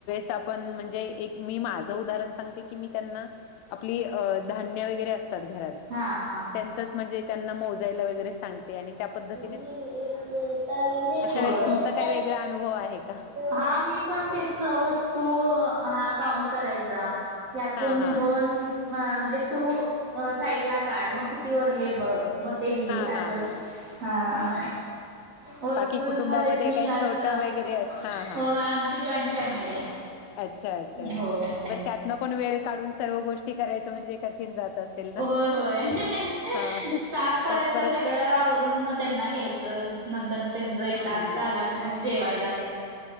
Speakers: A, on the left (about 80°); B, on the right (about 65°).
A: ण म्हणजे एक मी माझं उदाहरण सांगते की मी त्यांना आपली धान्य वगैरे असतात घरात
B: हा हा
A: त्यांचच म्हणजे त्यांना मोजायला वगैरे सांगते आणि त्या पद्ती
B: ए का
A: वेळेस तुमचा काय वेगळा अनुभव आहे का
B: हा मी पण दच वस्तू हा काउंट करायचा यातून
A: हा हा
B: दोन म्हणजे टू साईड ला काढ मग किती रले बघ मग ते लिही
A: हा हा
B: असं
A: हा
B: हा वस्तूंमध्येच
A: बाकी कुटुंबामध्ये
B: मी
A: काही
B: जास्त
A: छोटा
B: हो
A: वगैरे अस हा हा
B: आ जची जॉईंट फॅमिली आहे
A: अच्छा अच्छा
B: हो हो.
A: प त्यातनं पण वेळ काढून सर्व गोष्टी करायचं म्हणजे कठीण जात असेल ना.
B: होय होय
A: हा
B: सात पर्यंत
A: त्यात परत
B: सगळं आवरून मग त्यांना घ्यायचं नंतर त्यांच एक
A: हम्म
B: तास झाला
A: हम्म
B: मी मग जेवायला देन